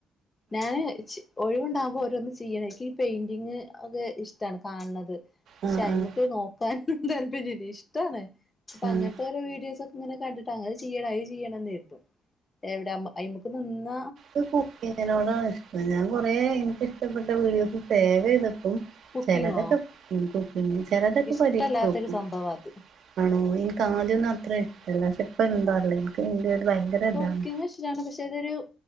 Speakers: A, on the left; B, on the right.
A: ഞാന് കഴിച്ചു ഒഴിവുണ്ടാകുമ്പോൾ ഓരോന്ന് ചെയ്യണം എനിക്ക് ഈ പെയിന്റിങ് ഒക്കെ ഇഷ്ടമാണ് കാണുന്നത് പക്ഷെ
B: ആഹ്
A: അയ്മേക്ക്
B: ആഹ്
A: നോക്കാൻ താല്പര്യം ഇല്ല ഇഷ്ടമാണ് അപ്പൊ
B: ആഹ്
A: അങ്ങനത്തെ ഓരോ വീഡിയോസ് ഒക്കെ അങ്ങനെ കണ്ടിട്ട് അങ്ങത് ചെയ്യണം അത് ചെയ്യണംന്ന് ആയിരുന്നു എവിടെമ്മ അയ്മുക്ക് നിന്ന
B: എനിക്ക് കുക്കിങ്ങിനോടാണ് ഇഷ്ടം ഞാൻ കൊറെ എനിക്കിഷ്ടപ്പെട്ട വീഡിയോസ് സേവ് ചെയ്തു വെയ്ക്കും
A: കുക്കിങ്ങോ
B: ചിലതൊക്കെ കുക്ക് ചെയ്യും ചിലതൊക്കെ
A: എനിക്കിഷ്ടല്ലാത്തൊരു
B: പരീക്ഷിച്ച് നോക്കും
A: സംഭവാ അത്
B: ആണോ എനിക്ക് ആദ്യമൊന്നും അത്ര ഇഷ്ടമല്ല പക്ഷെ ഇപ്പ എന്താന്നറീല്ല എനിക്ക്ന്റെട് ഭയങ്കര
A: കുക്കിംങ്
B: ഇതാണ്
A: ഇഷ്ടമാണ് പക്ഷെ അതൊരു